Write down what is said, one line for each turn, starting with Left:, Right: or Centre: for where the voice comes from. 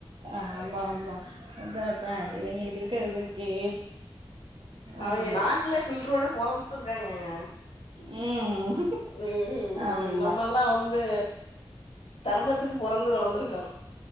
Right: ஆமா ஆமா அதா அதா இவங்களுக்கு இருக்க இது இருக்கே ஆமா
Left: அவங்க நாக்கலே ஃபில்டரோட பொறந்திருக்காங்கங்க
Right: ம்
Left: ம் ம்
Right: ஆமா
Left: நம்ம எல்லா வந் து தர்மத்துக்கு பொறந்து வளந்திருக்கோ